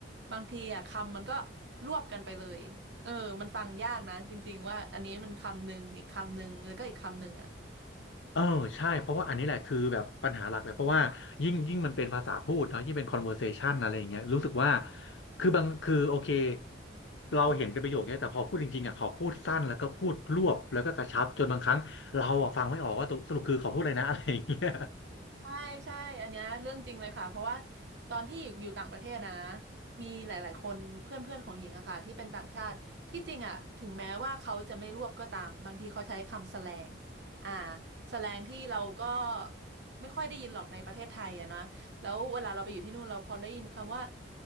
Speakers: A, on the right; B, on the left.
A: บางทีอะคำมันก็รวบกันไปเลยเออมันฟังยากนะจริงๆว่าอันนี้มันคำหนึ่งอีกคำหนึ่งแล้วก็อีกคำหนึ่งอะ
B: เออใช่เพราะว่าอันนี้แหละคือแบบปัญหาหลักเลยเพราะว่ายิ่งยิ่งมันเป็นภาษาพูดเนาะยิ่งเป็น conversation อะไรอย่างเงี้ยรู้สึกว่าคือบางคือโอเคเราเห็นเป็นประโยคเนี้ยแต่พอพูดจริงๆอ่ะเขาพูดสั้นแล้วก็พูดรวบแล้วก็กระชับจนบางครั้งเราอ่ะฟังไม่ออกว่าตกสรุปคือเขาพูดอะไรนะ <laughs> อะไรอย่างเงี้ย
A: ใช่ใช่อันเนี้ยเรื่องจริงเลยค่ะเพราะว่าตอนที่อยู่ต่างประเทศนะมีหลายๆคนเพื่อนเพื่อนของหญิงอะค่ะที่เป็นต่างชาติที่จริงอะถึงแม้ว่าเขาจะไม่รวบก็ตามบางทีเขาใช้คำแสแลงอ่าแสแลงที่เราก็ไม่ค่อยได้ยินหรอกในประเทศไทยอะนะแล้วเวลาเราไปอยู่ที่นู่นเราพอได้ยินคำว่า